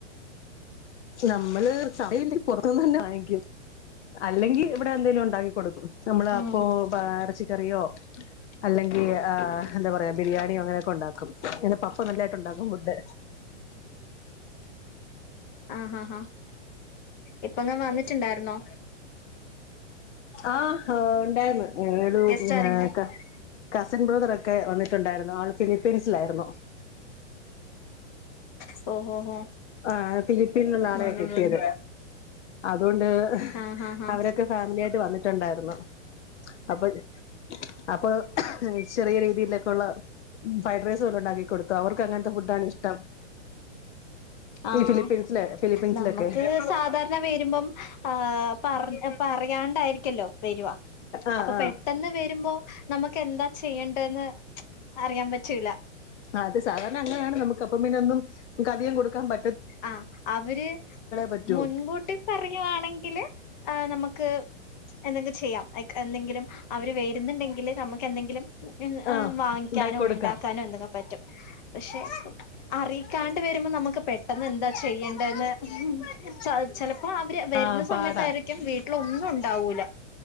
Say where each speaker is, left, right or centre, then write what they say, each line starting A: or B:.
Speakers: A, on the left; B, on the left.
A: നമ്മള് സമയല്ലെങ്കി പൊറ്ത്ത്ന്നന്നേ വാങ്ങിക്ക്യും. അല്ലെങ്കി ഇവടെ എന്തേലുണ്ടാക്കി കൊടുക്കും നമ്മള്
B: ഉം
A: അപ്പൊ പാ എർച്ചിക്കറിയോ അല്ലെങ്കി ആഹ് എന്താ പറയാ ബിരിയാണിയൊ അങ്ങനെയൊക്കെ ഒണ്ടാക്കും <unintelligible> പപ്പ നല്ലായിട്ട്ണ്ടാക്കും ഫുഡ്
B: ആഹ് ഹാ ഹാ ഇപ്പങ്ങാ വന്നിട്ട്ണ്ടാര്ന്നോ
A: ആഹ് ഹോ ഉണ്ടാര്ന്ന് <unintelligible>
B: ഗസ്റ്റ് ആരെങ്കിലും
A: കസിൻ ബ്രദറൊക്കെ വന്നിട്ട്ണ്ടാരുന്നു ആൾ ഫിലിപ്പീൻസിലായിരുന്നു
B: സ് ഓഹോ ഹോ
A: ആഹ് ഫിലിപ്പീനിലുള്ള ആളെയാ
B: ഉം
A: കിട്ടിയത് അതുകൊണ്ട്
B: ആഹ് ഹാ ഹാ
A: അവരൊക്കെ ഫാമിലി ആയിട്ട് വന്നിട്ടുണ്ടായിരുന്നു അപ്പൊ അപ്പൊ ചെറിയ രീതിയിലൊക്കള്ള ഉം ഫ്രൈഡ്റൈസ് പോലെ ഉണ്ടാക്കി കൊട്ത്തു അവർക്കങ്ങത്തെ ഫുഡാണിഷ്ടം
B: ആഹ്
A: ഫിലിപ്പീൻസിലെ ഫിലിപ്പീൻസിലൊക്കെ
B: നമ്മക്ക് സാധാ രണ വരുമ്പം ആഹ് പറ് ഏഹ് പറയാണ്ടായിരിക്കല്ലോ വെരുവാ
A: ആഹ്
B: അപ്പം
A: ആഹ്
B: പെട്ടെന്ന് വരുമ്പോ നമ്മക്കെന്താ ചെയ്യണ്ടേന്ന് അറിയാൻ പറ്റൂല
A: ആഹ് അത് സാധാരണ അങ്ങനെയാണ് നമുക്ക് അപ്പം പിന്നൊന്നും ക്കധിയം കൊടുക്കാൻ പ
B: ആഹ് അവര്
A: പറ്റൂ
B: മുൻക്കൂട്ടി പറയാണെങ്കില് ആഹ് നമുക്ക് എന്തെങ്കിലും ചെയ്യാം അയ്ക്ക് എന്തെങ്കിലും അവര് വെര്ന്ന്ണ്ടെങ്കില് നമ്മക്ക് എന്തെങ്കിലും ഇന് ഏഹ്
A: ആഹ്
B: വാങ്ങിക്കാനോ
A: ഉണ്ടാക്കി കൊടുക്കാം
B: ഇണ്ടാക്കാനോ എന്തങ്കെ പറ്റും പക്ഷേ ഇപ്പം അറിയിക്കാണ്ട് വെരുമ്പം നമുക്ക് പെ ട്ടന്നന്താ ചെയ്യണ്ടേന്ന് ചെല് ചെലപ്പോ അവര് വെര്ന്ന
A: ആഹ്
B: സമയത്തായിരി
A: പാടാ
B: ക്ക്യും വീട്ടിലൊന്നും ഉണ്ടാവൂല